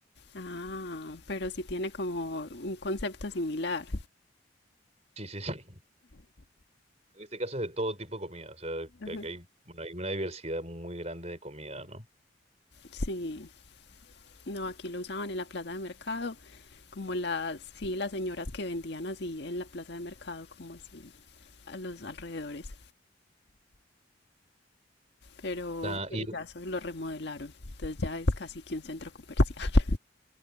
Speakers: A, on the left; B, on the right.
A: ah, pero sí tiene como un concepto similar.
B: Sí, sí, sí. En este caso es de todo tipo de comida, o sea,
A: Ajá.
B: que- que hay, bueno, hay una diversidad muy grande de comida, ¿no?
A: Sí, no, aquí lo usaban en la plaza de mercado, como las, sí, las señoras que vendían así en la plaza de mercado, como así, a los alrededores. Pero,
B: Ah,
A: pero
B: y
A: ya eso lo remodelaron, entonces ya es casi que un centro comercial. <laughs>